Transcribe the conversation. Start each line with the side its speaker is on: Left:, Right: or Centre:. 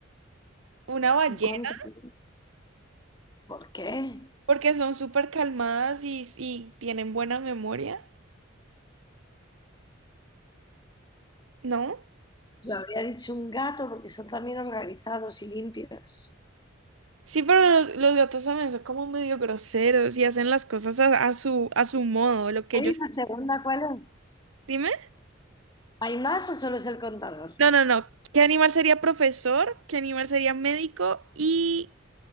Right: una ballena,
Left: un contador. ¿Por qué?
Right: porque son súper calmadas y, y tienen buena memoria, ¿no?
Left: Yo habría dicho un gato porque son también organizados y limpios.
Right: Sí, pero los, los gatos también son como medio groseros y hacen las cosas a, a su, a su modo, lo que
Left: ¿Y
Right: ellos...
Left: la segunda cuál es?
Right: Dime.
Left: ¿Hay más o solo es el contador?
Right: No, no, no. ¿Qué animal sería profesor? ¿Qué animal sería médico? ¿Y